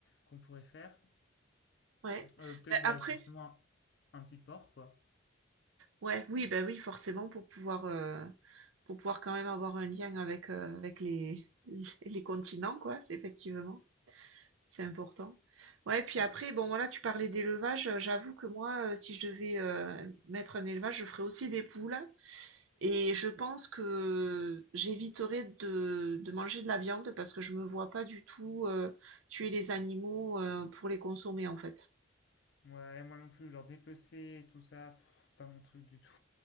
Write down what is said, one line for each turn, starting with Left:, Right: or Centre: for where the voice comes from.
Left: qu'on pourrait faire.
Right: Ouais.
Left: Heu, peut-être,
Right: Bah,
Left: bah,
Right: après
Left: forcément un un petit porc, quoi.
Right: Ouais, oui, bah oui, forcément, pour pouvoir, heu, pour pouvoir quand même avoir un lien avec, heu, avec les <laughs> les continents, quoi, c'est effectivement, c'est important. Ouais, puis
Left: Mmh.
Right: après, bon, voilà, tu parlais d'élevage, heu, j'avoue que moi, heu, si je devais, heu, mettre un élevage, je ferais aussi des poules et je pense que j'éviterais de de manger de la viande parce que je me vois pas du tout, heu, tuer les animaux, heu, pour les consommer, en fait.
Left: Ouais, moi non plus, genre dépecer et tout ça, pff, pas mon truc du tout.